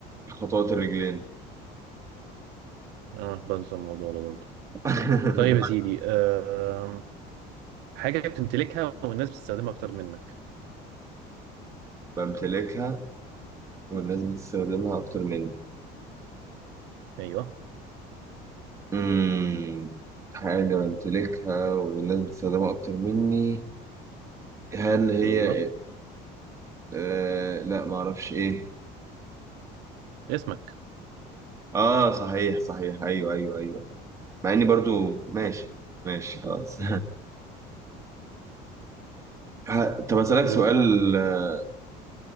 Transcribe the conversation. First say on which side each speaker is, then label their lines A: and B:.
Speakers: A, on the right (about 15°); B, on the right (about 75°).
A: خطوات الرجلين
B: اه بنسى الموضوع ده برضه
A: <laughs>
B: طيب يا سيدي آم، حاجة بتمتلكها والناس بتستخدمها اكتر منك
A: بمتلكها والناس بتستخدمها أكتر مني
B: ايوه
A: امم حاجة بمتلكها والناس بتستخدمها أكتر مني هل هي
B: ايوه
A: آه... لا معرفش ايه
B: اسمك
A: اه صحيح صحيح ايوه ايوه ايوه مع اني برضو ماشي ماشي خلاص <laughs> ه- طب اسالك
B: دورك
A: سؤال آه،